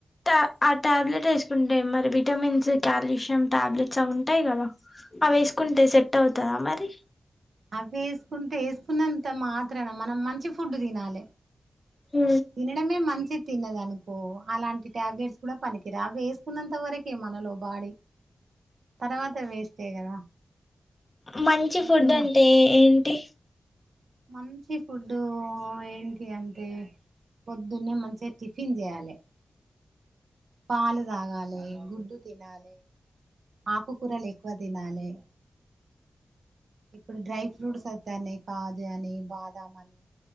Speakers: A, on the left (about 20°); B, on the right (about 70°).
A: ఆ టా ట్యాబ్లెట్ వేసుకుంటే మరి విటమిన్స్ కాల్షియం టాబ్లెట్స్ అవి ఉంటాయి కదా అవి వేసుకుంటే సెట్ అవుతదా మరి
B: అవి వేసుకుంటే వేసుకున్నంత మాత్రాన మనం మంచి ఫుడ్ తినాలి
A: హ
B: తినడమే మంచి తిన్నదనుకో అలాంటి టాబ్లెట్స్ కూడా పనికిరావు వేసుకున్నంత వరకే మనలో బాడీ తర్వాత వేస్టే కదా
A: మంచి
B: అందుకే
A: ఫుడ్ అంటే
B: మ
A: ఏంటి
B: మంచి ఫుడ్డు ఏంటి అంటే పొద్దున్నే మంచిగా టిఫిన్ చేయాలి పాలు తాగాలి గుడ్డు తినాలి ఆకుకూరలు ఎక్కువ తినాలే ఇప్పుడు డ్రై ఫ్రూట్స్ వస్తాన్నాయి కాజు అని బాదాం అని